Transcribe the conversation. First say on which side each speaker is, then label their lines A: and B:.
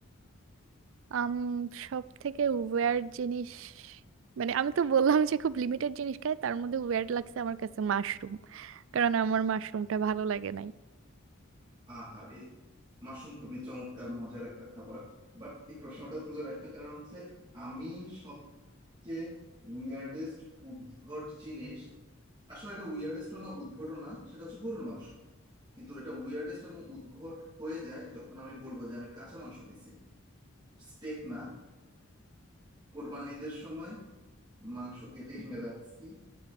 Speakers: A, on the right; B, on the right.
A: আম সব থেকে ওয়ার্ড জিনিস মানে আমি তো বললাম যে খুব লিমিটেড জিনিস খাই তার মধ্যে ওয়ার্ড লাগছে আমার কাছে মাশরুম কারণ আমার মাশরুমটা ভালো লাগে নাই
B: আহারে মাশরুম খুবই চমৎকার মজার একটা খাবার বাট এই প্রশ্নটা তোলার একটা কারণ আছে আমি সবচেয়ে উইয়ার্ডেস্ট উদ্ভট জিনিস আসলে এটা উইয়ার্ডেস্ট না উদ্ভটও না সেটা হচ্ছে গরুর মাংস কিন্তু এটা উইয়ার্ডেস্ট এবং উদ্ভট হয়ে যায় যখন আমি বলবো যে আমি কাঁচা মাংস খাইছি স্টেক না কোরবানির ঈদের সময় মাংস কেটে এনে রাখছি